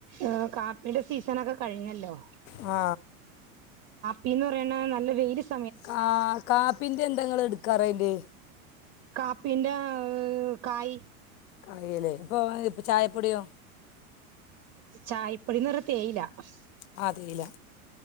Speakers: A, on the right; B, on the left.
A: ഏ കാപ്പിൻ്റെ സീസണൊക്കെ കഴിഞ്ഞല്ലോ
B: ആ
A: പി ന്നറയ്ണ നല്ലൊരു <unintelligible>
B: കാ കാപ്പിന്റെന്തങ്ങള് ഇടുക്കാറ അയ്‌ല്
A: കാപ്പിന്റെ ഉം കായ്
B: <unintelligible> ചായപ്പൊടിയോ
A: ചായപ്പൊടീന്ന് പറഞ്ഞ തേയില അശ്
B: ആ തേയില
A: ശ്